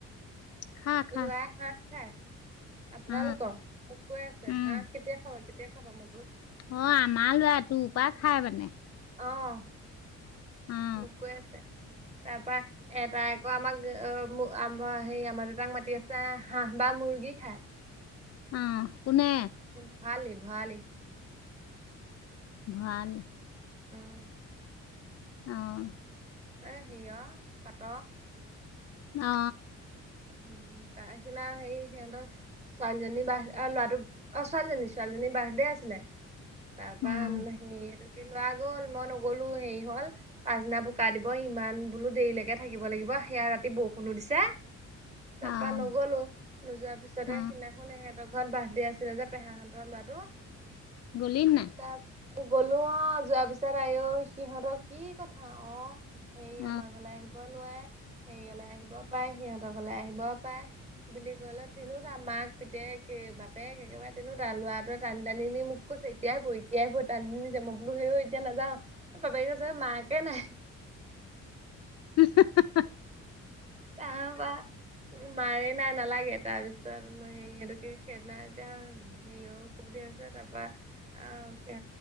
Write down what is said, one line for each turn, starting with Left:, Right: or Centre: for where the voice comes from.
Left: খা খা
Right: লোৱা হাঁহ খাই আপোনালোকৰ
Left: অ
Right: মোক কৈ আছে
Left: উম
Right: হাঁহ কেতিয়া খাব কেতিয়া খাব মোক
Left: অ আমাৰ লৰা তোৰ পৰা খাই মানে
Right: অ
Left: হা
Right: মোক কৈ আছে তাৰ পৰা এটাই আকৌ আমাক আম হেই আমাৰ দেতাক মাতি আছে হাঁহ বা মুৰ্গী খাই
Left: অ কোনে,
Right: ভৰালী ভৰালী
Left: ভৱালী
Right: উম
Left: অ
Right: এ সিয়হ পাট
Left: অ
Right: উম তা সিনা সেই সিহঁতৰ ছোৱালীজনী বাৰ্থ লৰাটো অ ছোৱালীজনী ছোৱালীজনীৰ বাৰ্থডে আছিলে তাৰপা
Left: উম
Right: সিটোক লৱা গ'ল মই নগলো হেৰি হ'ল পাছদিনা বোকা দিব সিমান বোলো দেৰিলৈকে থাকিব লাগিব সেয়া ৰাতি বৰষুণো দিছে তাৰ
Left: অ
Right: পৰা নগলো নোযোৱাৰ পিছতে
Left: অ
Right: সেইদিনাখন মুখত ভাত দিয়া আছিলে যে পেহাহতৰ লৱাতো
Left: গলি নে নাই
Right: তা গলো অ যোৱাৰ পিছত আ সিহঁতৰ কি কথা অ হেৰি
Left: অ
Right: আমাৰ ঘৰলৈ আহিব নোৱাৰে হেৰি হলে আহিব পাৰে সিহঁতৰ ঘৰলে আহিব পাৰে। বুলি ক'লে তিনিও তাৰ মাক পিতেক বাপেক একেবাৰে তিনিওটা লৰাটোৱে টানি টানি নি মোক কৈছে এতিয়াই বই এতিয়াই বই টানি নিছে মই বোলো এতিয়া‌ নাযাও বাপেকে কৈছে মাকে নাই
Left: উ হা হা
Right: তাহাবা উ মাৰে নাই নালাগে তাৰ পিছত মই হে সেটো কি সদিনা এতিয়া হ কবিধে আছে তাপা আহ